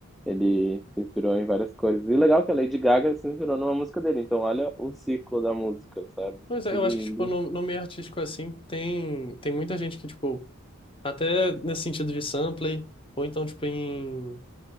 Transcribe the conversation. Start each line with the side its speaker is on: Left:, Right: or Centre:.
Centre: ele se inspirou em várias coisas. E legal que a Lady Gaga se inspirou numa música dele. Então, olha o ciclo da música, sabe?
Left: Mas eu
Centre: Tudo
Left: acho
Centre: indo.
Left: que, tipo, no, no meio artístico assim, tem, tem muita gente que, tipo, até nesse sentido de sample, ou então, tipo, em.